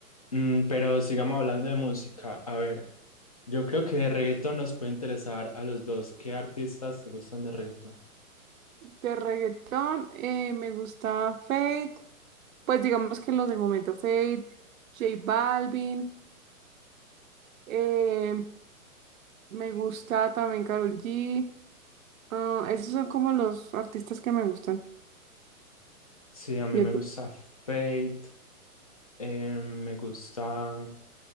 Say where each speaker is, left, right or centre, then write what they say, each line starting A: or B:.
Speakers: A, on the left; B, on the right.
A: Mm, pero sigamos hablando de música. A ver, yo creo que de reggaetón nos puede interesar a los dos. ¿Qué artistas te gustan de reggaetón?
B: De reggaetón, eh, me gusta Fate, pues digamos que los del momento Fate, J Balvin, eh, me gusta también Karol G, ah, esos son como los artistas que me gustan.
A: Sí, a mí
B: ¿Y
A: me
B: a ti?
A: gusta Fate, eh, me gusta,